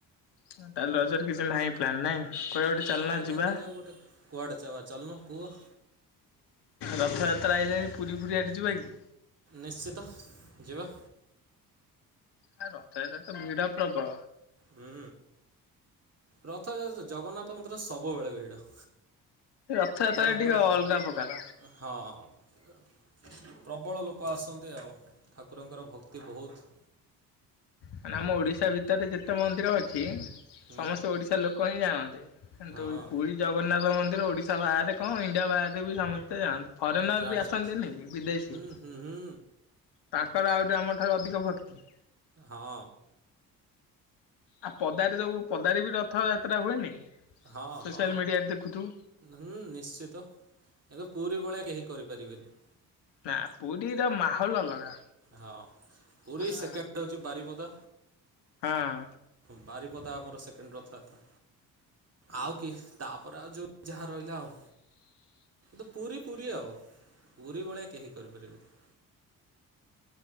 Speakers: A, on the left (about 60°); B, on the right (about 30°).
A: ତା ତାଲେ ରଜର କିଛି ନାହିଁ ପ୍ଳାନ୍ ନାହିଁ? କୁଆଡ଼େ ଗୋଟେ ଚାଲୁନ
B: ନା
A: ଯିବା।
B: ଦେଖାଯାଉ ଗୋଟେ କୁଆଡେ ଚଲବା ଚାଲନୁ କୁହ?
A: ରଥଯାତ୍ରା ଆଇଲାଣି ପୁରୀ ଫୁରୀ ଆଡେ ଯିବା କି?
B: ନିଶ୍ଚିିତ ଯିବା।
A: ଆ ରଥଯାତ୍ରାରେ ତ ଭିଡ ପ୍ରବଳ।
B: ହୁଁ ରଥଯା ଯେ ଜଗନ୍ନାଥ ମନ୍ଦିର ସବୁବେଳେ ଭିଡ।
A: ରଥଯାତ୍ରାରେ
B: ଠାକୁରଙ୍କର
A: ଟିକେ
B: ଭକ୍
A: ଅଲଗା ପ୍ରକାର
B: ହଁ ହଁ। ପ୍ରବଳ ଲୋକ ଆସନ୍ତି ଆଉ ଠାକୁରଙ୍କର ଭକ୍ତି ବହୁତ୍।
A: ମାନେ ଆମ ଓଡ଼ିଶା ଭିତରେ ଯେତେ ମନ୍ଦିର ଅଛି
B: ହୁଁ
A: ସମସ୍ତେ ଓଡ଼ିଶାର ଲୋକ ହିଁ ଜାଣନ୍ତି। କିନ୍ତୁ
B: ହଁ
A: ପୁରୀ ଜଗନ୍ନାଥ ମନ୍ଦିର ଓଡିଶା ବାହାରେ କଣ ଇଣ୍ଡିଆ ବାହାରେ ବି ସମ ସ୍ତେ ଜାଣନ୍ତି ଫରେନର୍
B: ଜାଣିଛନ୍ତି
A: ବି ଆସନ୍ତିନି କି ବିଦେଶୀ।
B: ହୁଁ ହୁଁ ହୁଁ
A: ତାଙ୍କର ଆଉ ଯେ ଆମଠାରୁ ଅଧିକ ଭକ୍ତି।
B: ହଁ।
A: ଆଉ ପଦାରେ ସବୁ ପଦାରେ ବି ରଥଯାତ୍ରା ହୁଏନି କି?
B: ହଁ
A: ସୋସିଆଲ
B: ହଁ।
A: ମିଡିଆରେ ଦେଖୁଥିବୁ
B: ହୁଁ ନିଶ୍ଚିତ ଏବେ ପୁରୀ ଭଳିଆ କେହି କରିପାରିବେନି।
A: ନା। ପୁରୀର ମାହୋଲ ଅଲଗା
B: ହଁ ପୁରୀ
A: ଆ।
B: ସେକେଣ୍ଡ ହେଉଛି ବାରିପଦା
A: ହଁ।
B: ବାରିପଦା ଆମର ସେକେଣ୍ଡ୍ ରଥଯାତ୍ରା ଆଉ କିଏ ତାପରେ ଆଉ ଯୋଉ। ଯାହା ରହିଲା ଆଉ ତ ପୁରୀ ପୁରୀ ଆଉ ପୁରୀ ଭଳିଆ କେହି କରିପାରିବେନି